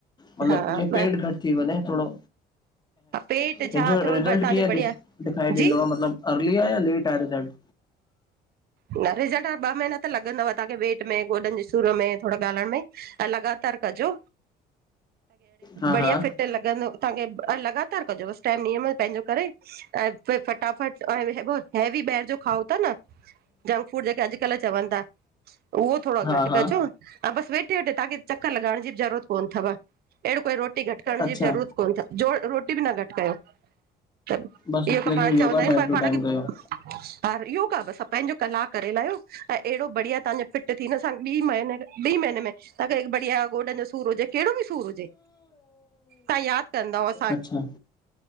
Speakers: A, on the left (about 25°); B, on the right (about 65°).
A: मतिलबु
B: हा
A: जीअं पेट घट थी वञे थोरो
B: पेट
A: हिनजो
B: छा थोरो
A: रिजल्ट
B: तव्हांजो
A: कीअं
B: बढ़िया
A: दिखाई दींदो
B: जी
A: आहे अर्ली आहे या लेट आहे रिजल्ट?
B: न रिजलट ॿ महीना त लॻंदव तव्हांखे वेट में गोॾनि जे सूर में। थोरो ॻाल्हायो में त लगातार कहजो।
A: हा
B: बढ़िया
A: हा
B: फट त लॻंदो तव्हांखे आ लॻातार कजो। त नियम पंहिंजो करे फटाफट हैवी ॿाहिरि जो खाओ था न जंक फूड जेके अॼुकल्ह चवनि था उहो थोरो
A: हा
B: घटि
A: हा
B: कजो हा बस वेठे- वेठे तांखे चक्कर लॻाइण ज़रूरत कोन अथव अहिड़ो कोई रोटी घटि करण
A: अच्छा
B: जी बि ज़रूरत कोन अथव् जो रोटी बि न घटि कयो। त
A: बसि
B: इहो त
A: लेकिन
B: पाण
A: योगा
B: चवंदा आहियूं
A: टाइम
B: पर
A: टू
B: पाण
A: टाइम
B: खे
A: कयो
B: ह योगा बसि पंहिंजो कलाक करे लाहियो ऐं अहिड़ो बढ़िया तव्हांजो शरीर फिट थींदो बि महीने खां। ॿीं महीने में तव्हांखे हिकु बढ़िया गोॾनि जो सूर हुजे कहिड़ो बि सूर हुजे तव्हां यादि कंदव। <inaudible>
A: अच्छा